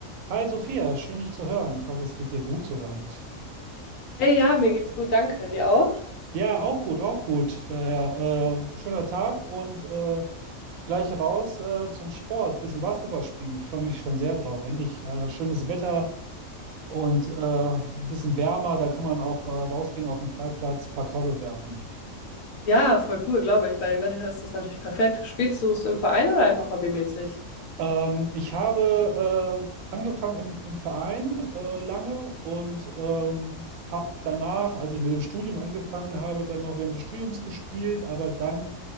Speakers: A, on the right; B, on the left.
A: Hi Sophia, schön dich zu hören. Ich hoffe, es geht dir gut soweit.
B: Hey, ja, mir geht's gut, danke. Dir auch?
A: Ja, auch gut, auch gut. Daher äh, schöner Tag und äh, gleich raus äh, zum Sport, bisschen Basketball spielen. Ich freue mich schon sehr drauf. Endlich äh, schönes Wetter und äh, ein bisschen wärmer. Da kann man auch äh, rausgehen auf den Freiplatz, paar Körbe werfen.
B: Ja, voll cool, glaube ich. Bei dem Wetter ist das natürlich perfekt. Spielst du es im Verein oder einfach hobbymäßig?
A: Ähm, ich habe äh, angefangen im, im Verein äh, lange und ähm, habe danach, als ich mit dem Studium angefangen habe, dann noch während des Studiums gespielt, aber dann